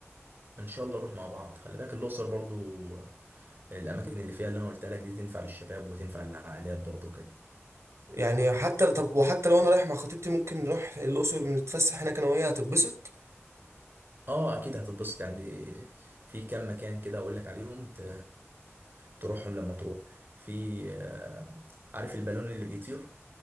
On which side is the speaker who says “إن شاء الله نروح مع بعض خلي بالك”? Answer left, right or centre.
Right